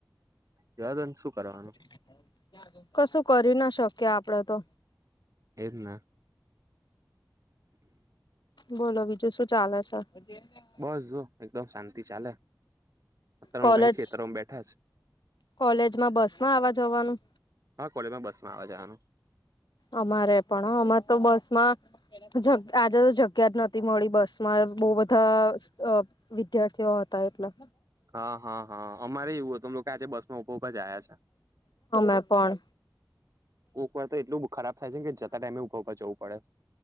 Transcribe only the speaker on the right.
જવા દોને શું કરવાનું
એ જ ના
બસ જો એકદમ શાંતિ ચાલે અત્યાર નો
કઈ ખેતરોમાં બેઠા છે
હા કોલેજમાં બસ માં આવે જવાનું
હા હા હા અમારે એવું હો તમ આજે બસ <unintelligible> જાય છે
કોક વાર તો એટલું ખરાબ થાય છે જતા ટાઈમે ઉભા ઉભા જવું પડે.